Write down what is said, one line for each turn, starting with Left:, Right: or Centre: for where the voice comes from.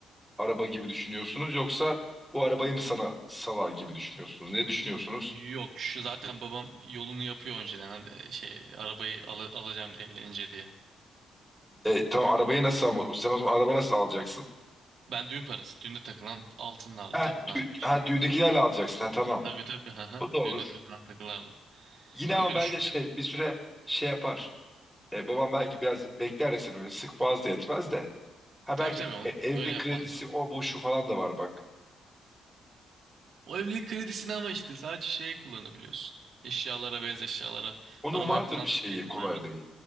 Centre: araba gibi düşünüyorsunuz yoksa bu arabayı mı sana salar gibi düşünüyorsunuz? Ne düşünüyorsunuz?
Right: Yok şu zaten babam yolunu yapıyor önceden hani şey arabayı ala- alacağım evlenince diye.
Centre: E, tamam arabayı nasıl ama sen o zaman araba nasıl alacaksın?
Right: Ben düğün parası. Düğünde takılan altınlarla
Centre: Ha,
Right: takılarla
Centre: dü-
Right: işte.
Centre: ha düğündekilerle alacaksın. Ha tamam.
Right: Tabii tabii. hı hı.
Centre: O da
Right: Düğünde
Centre: olur.
Right: takılan takılarla.
Centre: Yine
Right: Öyle
Centre: ama bence
Right: düşünüyordu.
Centre: şey bir süre şey yapar. E, babam belki biraz bekler de seni öyle sık boğaz da yetmez de. Ha
Right: Tabii
Centre: belki
Right: tabii. Onu
Centre: e- evlilik
Right: öyle yapmaz
Centre: kredisi
Right: mı? Tamam.
Centre: o bu şu falan da var bak.
Right: O evlilik kredisini ama işte sadece şeye kullanabiliyorsun. Eşyalara, beyaz eşyalara.
Centre: Onun
Right: Arabaya
Centre: vardır
Right: kullandırma
Centre: bir şeyi
Right: izin
Centre: kolaylığı.
Right: vermezler.